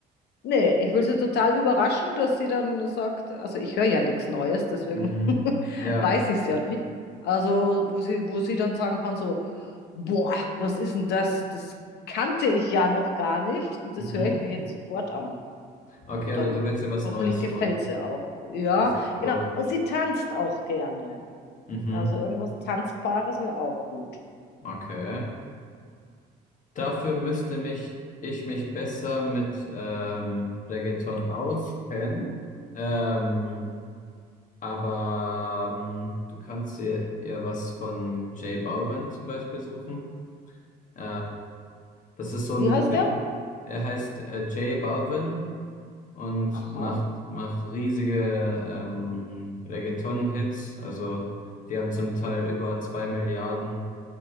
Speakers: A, on the left; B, on the left.
A: Nee, ich will sie total überraschen, dass sie dann sagt, also ich höre ja nichts Neues, deswegen
B: Mhm.
A: <laughs>
B: Ja.
A: weiß ich es ja nicht. Also, wo sie, wo sie dann sagen kann, so, boah, was ist denn das? Das kannte ich ja noch gar nicht. Das
B: Mhm.
A: höre ich mir jetzt sofort an.
B: Okay,
A: Und
B: also
A: dann
B: du willst ihr was
A: hoffentlich
B: Neues
A: gefällt
B: holen.
A: sie auch. Ja,
B: Also so.
A: genau. Und sie tanzt auch gerne.
B: Mhm.
A: Also irgendwas Tanzbares wäre auch gut.
B: Okay. Dafür müsste mich ich mich besser mit ähm, Reggaeton auskennen. Ähm, aber ähm, du kannst ihr, ihr was von J Balvin zum Beispiel suchen. Äh, das ist so ein,
A: Wie heißt
B: Kün-
A: der?
B: er heißt äh, J Balvin und
A: Aha.
B: macht, macht riesige ähm, Reggaeton-Hits. Also die haben zum Teil über zwei Milliarden